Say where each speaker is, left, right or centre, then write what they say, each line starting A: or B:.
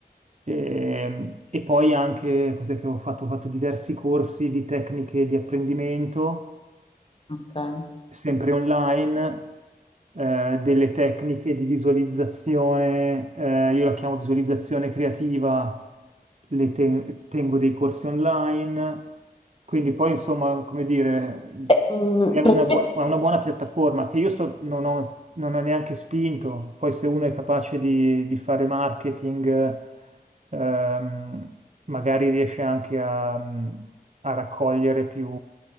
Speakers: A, on the right; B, on the left.
A: E, e poi anche, cos'è che ho fatto? Ho fatto diversi corsi di tecniche di apprendimento
B: Ok.
A: sempre online, eh, delle tecniche di visualizzazione, eh, io la chiamo visualizzazione creativa, le te- tengo dei corsi online, quindi poi insomma, come dire,
B: E, mm,
A: è una,
B: praticamente-
A: bu- è una buona piattaforma che io sto- non ho, non ho neanche spinto, poi se uno è capace di, di fare marketing, ehm, magari riesce anche a a raccogliere più